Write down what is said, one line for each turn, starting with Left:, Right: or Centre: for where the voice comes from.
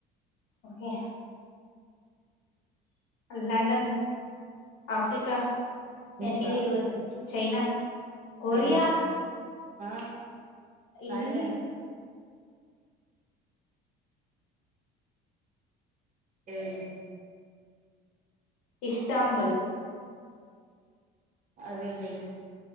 Left: ఓకే లండన్ ఆఫ్రికా ఈయని
Right: ఇంకా
Left: తిరుగుదాం చైనా కొరియా
Right: ఆ ఆ థాయిలాండ్
Left: ఇది
Right: ఏ ది
Left: ఇస్తాంబుల్
Right: అదేంటది